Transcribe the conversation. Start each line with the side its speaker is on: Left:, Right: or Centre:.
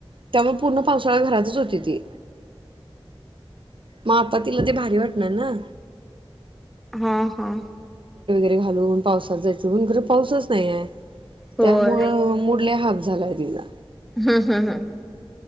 Right: त्यामुळे पूर्ण पावसाळा घरातच होती ती. मग आता तिला ते भारी वाटणार ना‌?
Centre: हां हांं
Right: ते घालून पावसात जायच, पण इकडे पाऊसच नाही आहे. <unintelligible>
Centre: होय
Right: त्यामुळं मुडल्या हा <unintelligible> झालाय दिला
Centre: हम् हम् हम